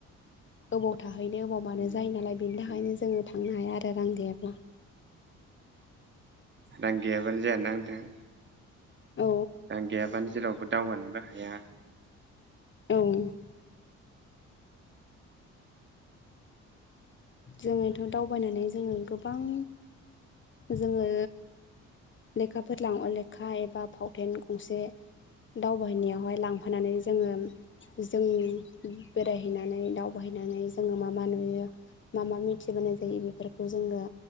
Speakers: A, on the left; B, on the right.
A: ओबाव थाहैनो ओबाव मानो
B: उम
A: जायो नालाय बेनि थाखायनो
B: उम
A: जोङो थांनो हाया आरो रां गैयाब्ला
B: रां गैयाब्लानो जाया ना नोंथां
A: औ
B: रां गैयाब्लाानो जेरावबो दावगानोबो हाया।
A: औ जोंङोथ' दावबायनानै जोंङो गोबां जोंङो लेखाफोर लां अ लेखा एबा फावथेन गंसे दावबाय हैनायावहाय लांफानानै जोंङो जों बेरायहैनानै दावबायहैनानै जोंङो मा मा नुयो? मा मा मिथिबोनाय जायो बेफोरखौ जोंङो